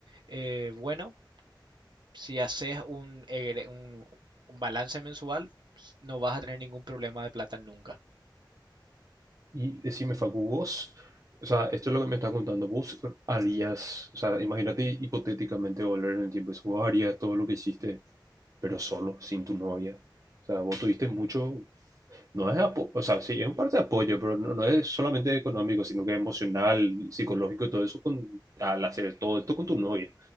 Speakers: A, on the right; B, on the right.
A: eh, bueno. Si haces un, egre- un, un balance mensual, no vas a tener ningún problema de plata nunca.
B: Y decime, Facu, vos, o sea, esto es lo que me estás contando, vos harías, o sea, imagínate hipotéticamente volver en el tiempo, eso, vos harías todo lo que hiciste, pero solo, sin tu novia. O sea, vos tuviste mucho, no es apo- o sea, sí, es un parte de apoyo, pero no, no es solamente económico, sino que emocional, psicológico y todo eso, con, al hacer todo esto con tu novia.